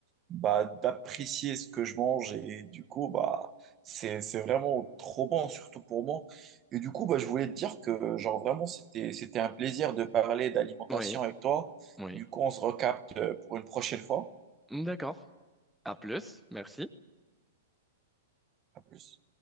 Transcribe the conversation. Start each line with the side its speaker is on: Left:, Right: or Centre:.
Right: bah, d'apprécier ce que je mange et du coup bah c'est c'est vraiment trop bon surtout pour moi et du coup bah je voulais te dire que genre vraiment c'était c'était un plaisir de parler d'alimentation
Centre: Oui,
Right: avec toi
Centre: oui.
Right: du coup on se recapte euh, pour une prochaine fois
Centre: D'accord. À plus, merci.
Right: à plus